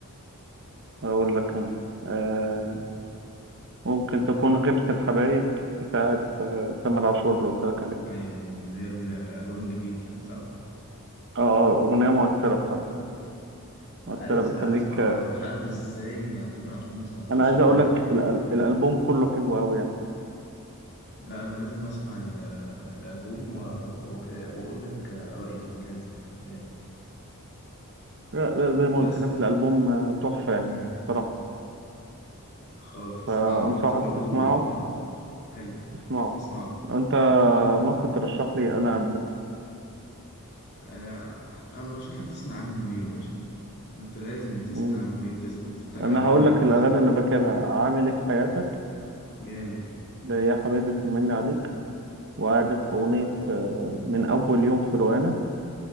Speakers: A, on the right; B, on the left.
A: اقول لك انا آه ممكن تكون غيبة الحبايب بتاعت آه تامر عاشور اللي قلت لك عليه
B: ايوه اللي هي الالبوم الجديد ده صح
A: اه اه اغنية مؤثرة بصراحة
B: مم.
A: مؤثرة
B: انا عايز
A: بتخليك
B: أسمع- عايز اسمعها انا مش عارف ازاي ما تامر عاشور ما سمعتلوش
A: انا عايز
B: اغاني
A: اقول لك
B: الاخيره
A: الأل- الالبوم كله حلو قوي يعني
B: لا انا لازم اسمع ال- الالبوم و- و- وك- واقول لك رايي فيه لازم لازم
A: لا لا زي ما
B: بس
A: قلت لك الالبوم آه، تحفة يعني
B: مم.
A: بصراحة
B: خلاص هسمعه
A: فانصحك
B: وانت برضو
A: تسمعه
B: آه، حلو
A: تسمعه
B: هسمعه
A: انت
B: وانا
A: ممكن ترشح لي انا
B: انا انا برشح لك تسمع عم منيب يا باشا انت لازم تسمع
A: البوم
B: عم منيب تست- تفتح اغاني
A: انا هقول
B: كده
A: لك
B: وتسمع
A: الاغاني اللي فاكرها عامل ايه في حياتك
B: جامد
A: ده يا حبيبي طمني عليك وعارف اغنيه آه، من اول يوم في روقانه